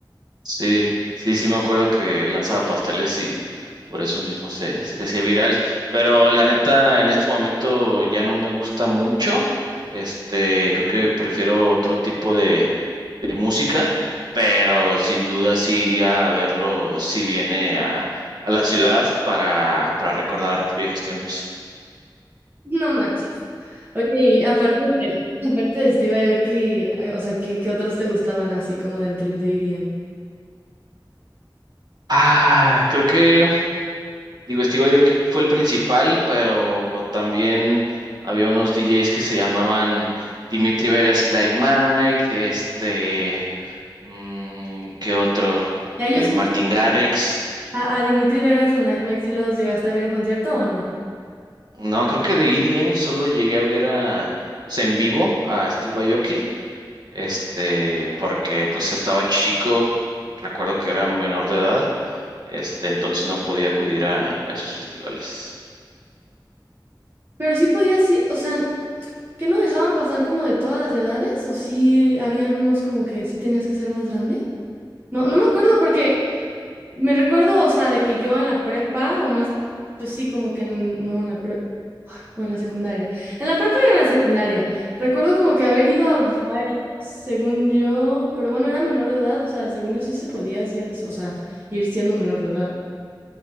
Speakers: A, on the right; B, on the right.
A: Sí, sí, sí me acuerdo que lanzaba pasteles y por eso mismo se, se hacía viral. Pero la neta, en este momento ya no me gusta mucho. Este, creo que prefiero otro tipo de, de música, pero sin duda sí iría a verlo si viene a, a la ciudad para, para recordar viejos tiempos.
B: No manches. Oye, y aparte de, aparte de Steve Aoki, eh, o sea, ¿qué, qué otros te gustaban así como del trip de EDM?
A: Ah, creo que. Digo, Steve Aoki fue el principal, pero también había unos DJs que se llamaban Dimitri Vegas y Like Mike, este, mm, ¿qué otro? Eh,
B: Ya ellos sí.
A: Martin Garrix.
B: A, a Dimitri Vegas en Like Mike sí los llegaste a ver en concierto o no.
A: No, creo que de EDM solo llegué a ver a, o sea, en vivo a Steve Aoki, este, porque pues estaba chico, recuerdo que era menor de edad, este, entonces no podía acudir a a esos festivales.
B: Pero sí podía, sí, o sea, ¿que no dejaban pasar como de todas las edades? ¿O sí habían unos como que sí tenías que ser más grande? No, no me acuerdo porque me recuerdo, o sea, de que yo en la prepa o más, pues sí, como que en- no en la prepa. o en la secundaria. En la prepa y en la secundaria. Recuerdo como que haber ido a varios, según yo, pero bueno, era menor de edad, o sea, según yo sí se podía, sí, o sea, ir siendo menor de edad.